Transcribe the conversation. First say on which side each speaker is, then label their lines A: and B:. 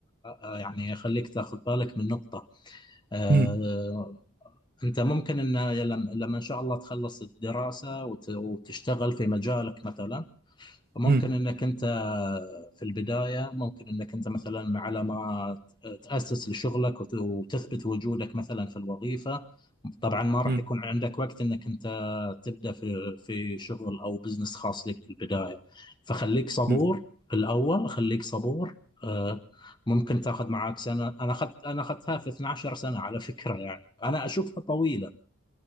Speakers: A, on the left; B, on the right.
A: أ- يعني أخليك تاخذ بالك من نقطة أه
B: مم،
A: أنت ممكن أن لما لما إن شاء الله تخلص الدراسة وت- وتشتغل في مجالك مثلا ممكن
B: مم،
A: انك انت في البدايه ممكن انك انت مثلا على ما تاسس لشغلك وت- وتثبت وجودك مثلا في الوظيفه طبعا ما راح
B: مم،
A: يكون عندك وقت انك انت تبدا في في شغل او بزنس خاص لك في البدايه فخليك صبور
B: مم،
A: الاول خليك صبور آه، ممكن تاخذ معاك سنه انا اخذت انا اخذتها في 12 سنه على فكره يعني انا اشوفها طويله